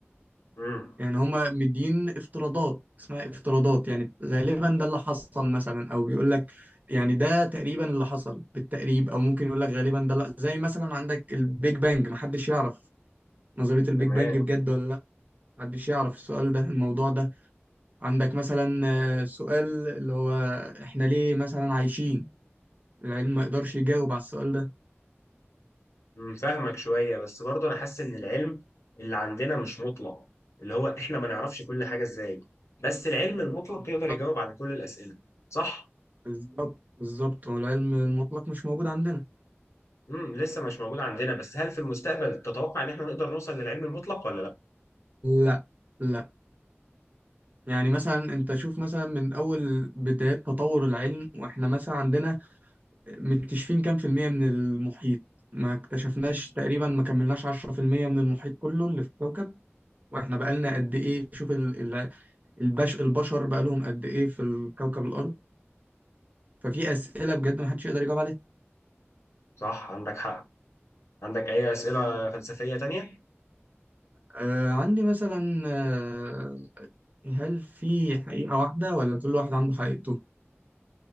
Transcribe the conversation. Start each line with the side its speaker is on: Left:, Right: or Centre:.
Left: امم
Right: يعني هما مدين افتراضات اسمها افتراضات يعني غالبا ده اللي حصل مثلا أو بيقول لك يعني ده تقريبا اللي حصل بالتقريب أو ممكن يقول لك غالبا ده لا زي مثلا عندك البيج بانج محدش يعرف نظرية البيج
Left: تمام
Right: بانج بجد ولا لا محدش يعرف السؤال ده الموضوع ده عندك مثلا آه، سؤال اللي هو احنا ليه مثلا عايشين العلم ما يقدرش يجاوب على السؤال ده
Left: امم فاهمك شويه بس برضه انا حاسس ان العلم اللي عندنا مش مطلق اللي هو احنا ما نعرفش كل حاجه ازاي بس العلم المطلق
Right: بالظبط
Left: يقدر يجاوب على كل الاسئله صح
Right: بالظبط بالظبط والعلم المطلق مش موجود عندنا
Left: امم لسه مش موجود عندنا بس هل في المستقبل تتوقع ان احنا نقدر نوصل للعلم المطلق ولا لا
Right: لا لا يعني مثلا انت شوف مثلا من اول بدايات تطور العلم واحنا مثلا عندنا مكتشفين كام في المية من المحيط ما اكتشفناش تقريبا ما كملناش عشرة في المية من المحيط كله اللي في الكوكب واحنا بقالنا قد ايه شوف ال- ال- البش البشر بقالهم قد ايه في الكوكب الارض ففي اسئلة بجد ما حدش يقدر يجاوب عليها
Left: صح عندك حق عندك اي اسئله فلسفيه تانية
Right: آه عندي مثلا آه هل في حقيقة واحدة ولا كل واحد عنده حقيقته